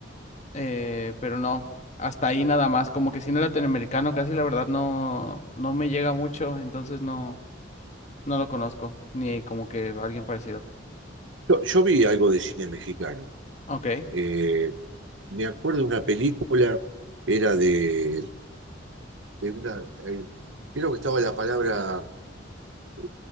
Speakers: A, on the left; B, on the right.
A: Eh, pero no, hasta ahí nada más, como que cine latinoamericano casi la verdad no, no me llega mucho, entonces no, no lo conozco, ni como que alguien parecido.
B: Yo, yo vi algo de cine mexicano.
A: Ok,
B: Eh, me acuerdo de una película, era de, de una, eh, creo que estaba la palabra eh,